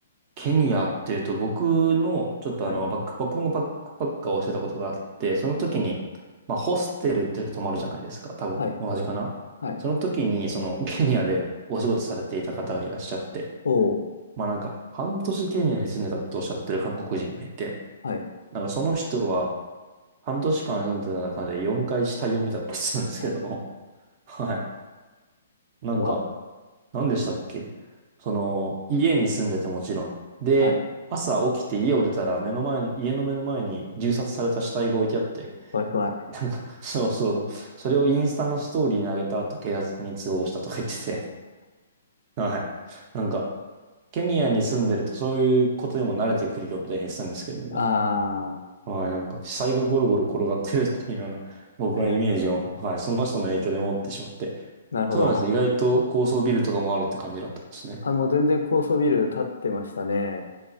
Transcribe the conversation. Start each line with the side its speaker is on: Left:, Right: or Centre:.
Right: ケニアっていうと、僕の、ちょっとあの、
Left: はい。
Right: バック、僕もバックパッカーをしてたことがあって、その時に、まあ、ホステルって泊まるじゃないですか。多分、
Left: はい。
Right: 同じかなその時に、
Left: はい。
Right: その、ケニアでお仕事されていた方がいらっしゃって、
Left: おー
Right: まあなんか、半年ケニアに住んでたっておっしゃってる韓国人がいて、
Left: はい。
Right: なんかその人は、半年間住んでた中で4回死体を見たって言ってたんですけども、
Left: お、
Right: <laughs> はい。なんか、
Left: 怖っ
Right: 何でしたっけその、家に住んでてもちろん。で、
Left: はい。
Right: 朝起きて家を出たら目の前の、家の目の前に銃殺された死体が置いてあって、
Left: 怖い怖い。
Right: なんか、<laughs> そうそう、それをインスタのストーリーに上げた後、警察に通報したとか言ってて、はい。なんか、ケニアに住んでるとそういうことにも慣れてくるよみたいに言ってたんですけども、
Left: ああ、
Right: はい、なんか、死体がゴロゴロ転がってるっていうような、僕はイメージを、
Left: はいはい。
Right: はい、その人の影響で持ってしまって。
Left: なるほど。
Right: そうなんですね。意外と高層ビルとかもあるって感じだったんですね。
Left: あ、もう全然高層ビル建ってましたね。